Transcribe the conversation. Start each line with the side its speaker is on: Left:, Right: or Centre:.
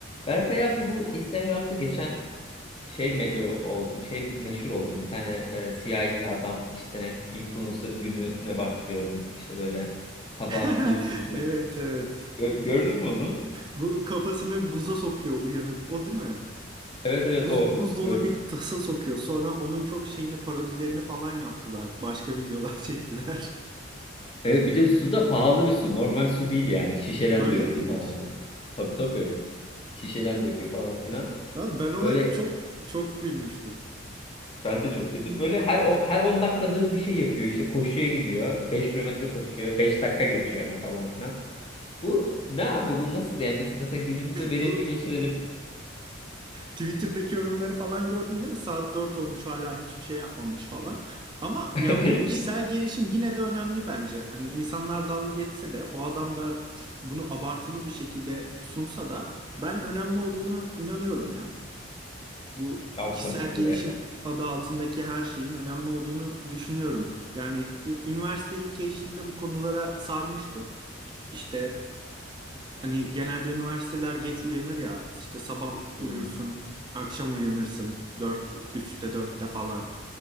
Left: Berkay abi bu Instagram'da geçen şey me- e, ol- şey meşhur oldu. Bir tane e, siyahi adam işte influencer gününe başlıyorum. İşte böyle sabah
Right: <laughs>
Left: buzlu su.
Right: Evet evet.
Left: Gö- gördün mü onu?
Right: Bu kafasını buza sokuyor uyanıp. O değil mi?
Left: Evet evet
Right: Buz,
Left: o.
Right: buz
Left: İşte
Right: dolu
Left: böyle-
Right: bir tasa sokuyor. Sonra onun çok şeyini parodilerini falan yaptılar. Başka videolar <laughs> çektiler.
Left: Evet bir de su da pahalı bir su. Normal su değil yani. Şişeden
Right: Öyle
Left: döküyor
Right: miymiş?
Left: falan filan. Tabii tabii. Şişeden döküyor falan filan.
Right: Abi ben ona
Left: Böyle
Right: çok çok gülmüştüm.
Left: ben de çok güldüm. Böyle her o- her 10 dakikada bir şey yapıyor. İşte koşuya gidiyor. beş kilometre koşuyor. beş dakika geçiyor ama falan filan. Bu ne abi bu nasıl yani biz mesela günümüzü verimli
Right: Bu
Left: geçirelim.
Right: Twitter'daki yorumları falan gördün değil mi? Saat 4 olmuş hala hiçbir şey yapmamış falan. Ama
Left: <laughs>
Right: ya bu kişisel gelişim yine de önemli bence. Hani insanlar dalga geçse de o adam da bunu abartılı bir şekilde sunsa da ben önemli olduğunu inanıyorum ya. Bu
Left: Abi
Right: kişisel
Left: tabii ki
Right: gelişim
Left: de yani.
Right: adı altındaki her şeyin önemli olduğunu düşünüyorum. Yani ü- üniversite ilk geçtiğimde bu konulara sarmıştım. İşte Hani genelde üniversiteler geç uyanır ya işte sabah
Left: Hmm.
Right: uyursun akşam uyanırsın 4 üçte dörtte falan.